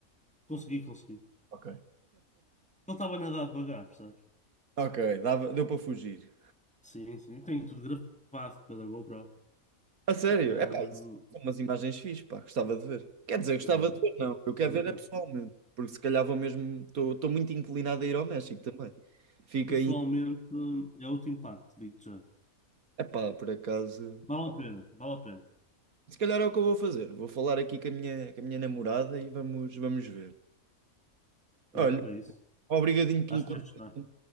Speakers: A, in the centre; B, on the right.
A: consegui, consegui.
B: Ok.
A: Ele estava a nadar devagar, percebes?
B: Ok, dava, deu para fugir.
A: Sim, sim. Tenho tudo gravado pela GoPro.
B: A sério?
A: Ahm,
B: É pá, isso são umas imagens fixes, pá, gostava de ver. Quer dizer, gostava
A: yeah.
B: de ver, não. Eu
A: Gravei
B: quero ver
A: tudo.
B: é pessoalmente, porque se calhar vou mesmo. Estou muito inclinado a ir ao México também. Fica
A: Pessoalmente,
B: aí.
A: é outro impacto, digo-te já.
B: É pá, por acaso.
A: Vale a pena, vale a pena.
B: Se calhar é o que eu vou fazer. Vou falar aqui com a minha, com a minha namorada e vamos, vamos ver.
A: Pronto,
B: Olha,
A: é isso.
B: obrigadinho pelo
A: Acho
B: conselho.
A: que vais gostar.